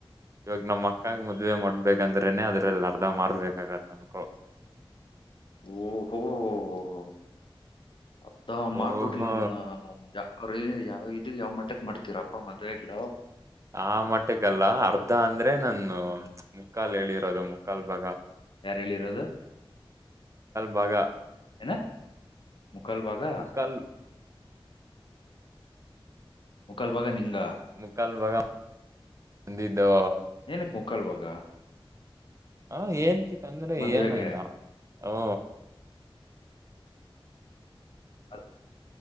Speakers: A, on the right; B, on the left.
A: ಇವಾಗ ನಮ್ಮ್ ಅಕ್ಕಾಗ ಮದ್ವೆ ಮಾಡ್ಬೇಕಂದ್ರೆನೆ ಅದ್ರಲ್ಲಿ ಅರ್ಧ ಮಾರ್ಬೇಕಾಗತ್ತ ಅನ್ಕೋ.
B: ಓ ಹೋ ಹೋ ಅರ್ಧ ಮಾರ್ಬಿಡಿ
A: ಓಹೋ
B: ನಾ. ಅವ್ರ ಯಾವ ಇದ ಯಾವ್ ಮಟ್ಟಕ್ ಮಾಡ್ತೀರಪ್ಪ ಮದ್ವೆಗ್ಲು.
A: ಆ ಮಟ್ಟಗಲ್ಲ ಅರ್ಧ ಅಂದ್ರೆ ನನ್ನ ಮುಕ್ಕಾಲ್ ಹೇಳಿರೋದು ಮುಕ್ಕಾಲ್ ಬಾಗ.
B: ಯಾರ ಹೇಳಿರೋದು.
A: ಬಾಗ.
B: ಏನು ಮುಕ್ಕಾಲ್ ಭಾಗ.
A: ಮುಕ್ಕಾಲ್
B: ಮುಕಲ್ ಭಾಗ ನಿಂಗ.
A: ಮುಕ್ಕಾಲ್ ಬಾಗ ಹಂದಿದ್ದು.
B: ಏನಕ್ ಮುಕ್ಕಾಲ್ ಭಾಗ.
A: ಹ ಏನ್ಂತಿಕಂದ್ರೆ
B: ಮದ್ವೆಗೆ
A: ಏನನ ಓ.
B: <unintelligible>